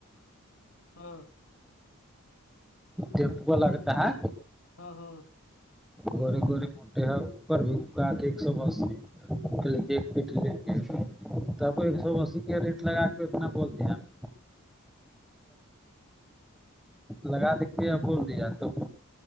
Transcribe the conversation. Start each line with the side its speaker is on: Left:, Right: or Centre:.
Left: ہاں
Centre: جپ کو لگتا ہے
Left: ہاں ہاں
Centre: گورے گورے موٹے ہیں اوپر بھی گ کے ایک سو ای ایک پٹ لے کے تو آپ ایک سو اسی کا ریٹ لگا کے اتنا بول دیا آپ لگا دتے بول دیا تو